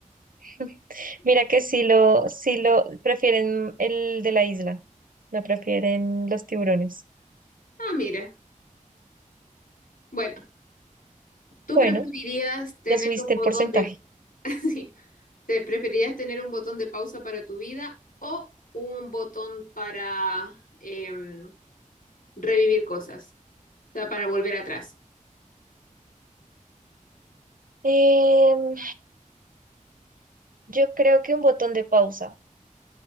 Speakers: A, on the right; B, on the left.
A: <laughs> Mira que sí lo, sí lo prefieren el de la isla, no prefieren los tiburones.
B: Ah, mira. Bueno, ¿tú
A: Bueno.
B: preferirías tener
A: Ya subiste
B: un botón
A: el porcentaje.
B: de... <laughs> sí, ¿te preferirías tener un botón de pausa para tu vida o un botón para em, revivir cosas? O sea, para volver atrás.
A: Em, yo creo que un botón de pausa.